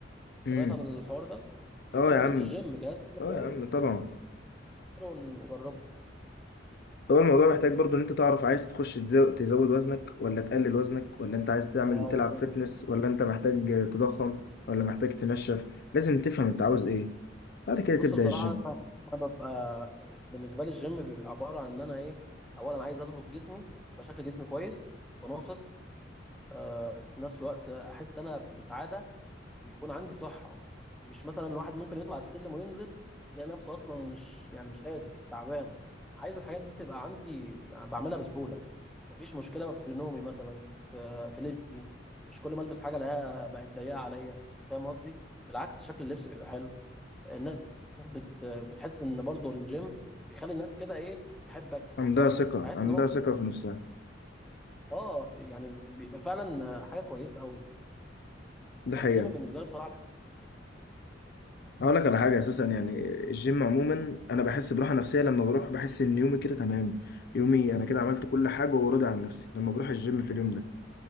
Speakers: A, in the centre; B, on the left.
A: سمعت
B: امم
A: عن الحوار ده بيكون
B: اه يا
A: موجود
B: عم
A: في الجيم جهاز كده
B: اه
A: كويس
B: يا عم طبعا
A: حلو نجربه
B: هو الموضوع محتاج برضو ان انت تعرف عايز تخش تزو- تزود وزنك ولا تقلل وزنك ولا انت عايز تعمل
A: اه
B: تلعب
A: بالظبط
B: فتنس ولا انت محتاج تضخم ولا محتاج تنشف لازم تفهم انت عاوز ايه بعد كده تبدأ
A: بص بصراحه
B: الجيم
A: انا أنا ببقى بالنسبه لي الجيم بيبقى عباره عن ان انا ايه اولا عايز اظبط جسمي يبقى شكل جسمي كويس متناسق آه، في نفس الوقت احس انا بسعاده ويكون عندي صحة مش مثلا الواحد ممكن يطلع السلم وينزل يلاقي نفسه أصلا مش يعني مش قادر تعبان عايز الحاجات دي تبقى عندي يعني بعملها بسهولة مفيش مشكلة في نومي مثلا في في لبسي مش كل ما ألبس حاجة لها بقت ضيقة عليا فاهم قصدي بالعكس شكل اللبس بيبقى حلو الناس بت بتحس إن برضو الجيم بيخلي الناس كده إيه تحبك تحترمك
B: عندها ثقة
A: بحس
B: عندها
A: إن هو
B: ثقة في نفسها
A: اه يعني بيبقى فعلا حاجة كويسة قوي
B: ده
A: فالجيم
B: حقيقة
A: بالنسبة لي بصراحة
B: هقول لك على حاجة أساسا يعني الجيم عموما أنا بحس براحة نفسية لما بروح بحس إن يومي كده تمام يومي أنا كده عملت كل حاجة وراضي عن نفسي لما بروح الجيم في اليوم ده